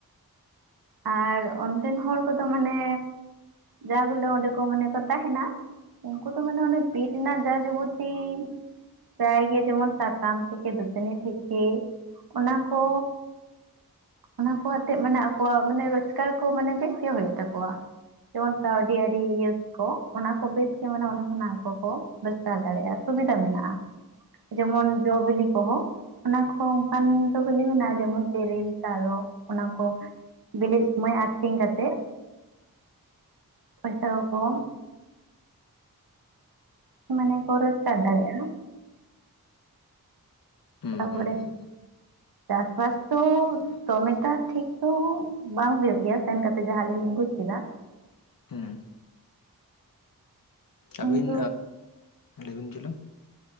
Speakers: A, on the right (about 80°); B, on the left (about 65°).
A: ᱟᱨ ᱚᱱᱛᱮ ᱦᱚᱲ ᱠᱚᱫᱚ ᱢᱟᱱᱮ ᱡᱟᱵᱚᱞᱮ ᱚᱸᱰᱮ ᱠᱚ ᱢᱟᱱᱮ ᱠᱚ ᱛᱟᱦᱮᱱᱟ ᱩᱱᱠᱩ ᱛᱚ ᱢᱟᱱᱮ ᱚᱱᱮ ᱵᱤᱨ ᱨᱮᱱᱟᱜ ᱡᱟ ᱡᱚᱵᱚᱛᱤ ᱯᱟᱨᱟᱭ ᱜᱮ ᱡᱮᱢᱚᱱ ᱥᱟᱠᱟᱢ ᱛᱷᱮᱠᱮ ᱫᱟᱹᱛᱟᱹᱱᱤ ᱛᱷᱮᱠᱮ ᱚᱱᱟ ᱠᱚ ᱚᱱᱟ ᱠᱚ ᱟᱛᱮ ᱢᱟᱱᱮ ᱟᱠᱚᱣᱟᱜ ᱢᱟᱱᱮ ᱨᱳᱡᱽᱜᱟᱨ ᱠᱚ ᱢᱟᱱᱮ ᱵᱮᱥ ᱜᱮ ᱦᱩᱭᱩᱜ ᱛᱟᱠᱚᱣᱟ ᱡᱮᱢᱚᱱ ᱠᱟᱹᱣᱰᱤ ᱟᱹᱨᱤ ᱤᱭᱟᱹ ᱚᱱᱟ ᱠᱚ ᱵᱮᱥ ᱜᱮ ᱢᱮᱱᱮ ᱚᱸᱰᱮ ᱠᱷᱚᱱᱟᱜ ᱟᱠᱚ ᱠᱚ ᱨᱳᱡᱽᱜᱟᱨ ᱫᱟᱲᱮᱭᱟᱜᱼᱟ ᱥᱩᱵᱤᱫᱟ ᱢᱮᱱᱟᱜᱼᱟ ᱡᱮᱢᱚᱱ ᱡᱚ ᱵᱤᱞᱤ ᱠᱚᱸ ᱦᱚᱸ ᱚᱱᱟ ᱠᱚ ᱚᱱᱠᱟᱱ ᱡᱚ ᱵᱤᱞᱤ ᱢᱮᱱᱟᱜᱼᱟ ᱡᱮᱢᱚᱱ ᱛᱮᱨᱮᱞ ᱛᱟᱨᱚᱵ ᱚᱱᱟ ᱠᱚ ᱵᱤᱞᱤ ᱥᱚᱢᱚᱭ ᱟᱠᱷᱨᱤᱧ ᱠᱟᱛᱮ ᱯᱚᱭᱥᱟ ᱭᱟᱠᱚ ᱢᱟᱱᱮ ᱠᱚ ᱨᱳᱡᱽᱠᱟᱨ ᱫᱟᱲᱮᱭᱟᱜᱼᱟ
B: ᱦᱩᱸ
A: ᱛᱟᱨᱯᱚᱨᱮ
B: ᱦᱩᱸ ᱦᱩᱸ
A: ᱪᱟᱥᱵᱟᱥ ᱛᱚ ᱛᱚ ᱢᱮᱛᱟ ᱴᱷᱤᱠ ᱛᱚ ᱵᱟᱝ ᱦᱩᱭᱩᱜ ᱜᱮᱭᱟ ᱥᱮᱱ ᱠᱟᱛᱮᱜ ᱡᱟᱦᱟᱸ ᱞᱤᱧ ᱵᱩᱡᱽ ᱠᱮᱫᱟ
B: ᱦᱩᱸ
A: ᱠᱤᱱᱛᱩ
B: ᱟᱹᱵᱤᱱ ᱞᱟᱹᱭ ᱵᱤᱱ ᱪᱚᱞᱚ